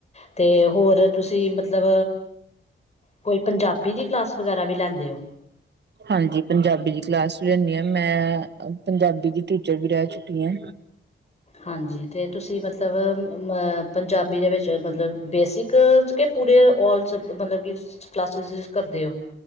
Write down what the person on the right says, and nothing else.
ਹਾਂਜੀ, ਪੰਜਾਬੀ ਦੀ ਕਲਾਸ ਵੀ ਲੈਂਣੀ ਐ, ਮੈਂ ਪੰਜਾਬੀ ਦੀ ਟੀਚਰ ਵੀ ਰਹਿ ਚੁੱਕੀ ਐ